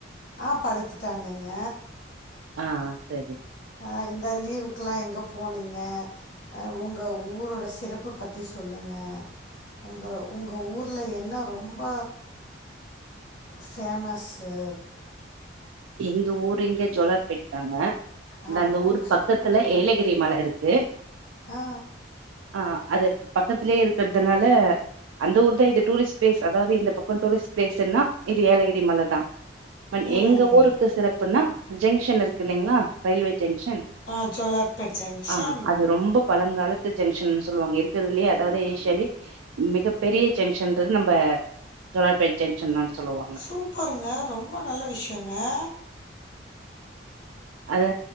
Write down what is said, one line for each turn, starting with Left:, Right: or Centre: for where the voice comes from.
Left: ஆஹ் படுத்துட்டாங்கங்க
Right: ஆஹ் சரி
Left: அஹ் இந்த லீவுக்கலா எங்க போனீங்க அஹ் உங்க ஊரோட சிறப்பு பத்தி சொல்லுங்க உங்க உங்க ஊர்ல என்ன ரொம்ப பேமஸ்சு
Right: எங்க ஊரு இங்க ஜோலார்பெட்தாங்க இந்த
Left: ஆ
Right: அந்த
Left: ஓ
Right: ஊர்
Left: சூப்பருங்க
Right: பக்கத்துல ஏலகிரி மல இருக்கு
Left: ஆ
Right: ஆஹ் அது பக்கத்திலயே இருக்கிறதுனால அந்த ஊர் தான் இது டூரிஸ்ட் பிளிஸ் அதாவது இந்த பக்கம் டுரிஸ்ட் பிளேஸ்னா இது ஏலகிரி மல தான் பன்
Left: ம்
Right: எங்க ஊருக்கு சிறப்புன்னா ஜங்ஷன் இருக்கு இல்லைங்களா ரயில்வே ஜங்ஷன்
Left: ஆ ஜோலார்பேட் ஜங்ஷன்
Right: ஆஹ் அது ரொம்ப பழங்காலத்து ஜங்ஷன் சொல்லுவாங்க இருக்கிறதுலயே அதாவது ஏஷியாலே மிகப் பெரிய ஜங்ஷன்து நம்ம சோழார்பேட்ட ஜங்ஷன் தான் சொல்லுவாங்க
Left: சூப்பருங்க ரொம்ப நல்ல விஷயம் ஆ
Right: அது